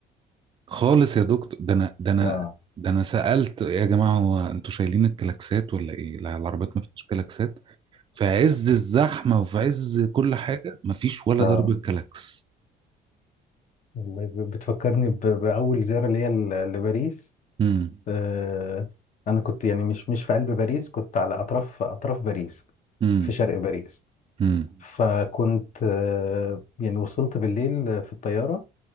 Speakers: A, on the right; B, on the left.
A: خالص يا دكتور ده انا ده انا
B: آه
A: ده انا سألت يا جماعة هو انتوا شايلين الكلاكسات ولا ايه لا العربيات ما فيهاش كلاكسات في عز الزحمة وفي عز كل حاجة مفيش ولا
B: اه
A: ضربة كلاكس
B: والله ب- بتفكرني ب... بأول زيارة ليا ل- لباريس
A: امم
B: آه، انا كنت يعني مش مش في قلب باريس كنت على اطراف اطراف باريس
A: امم
B: في شرق باريس
A: امم
B: فكنت آه، يعني وصلت بالليل في الطياره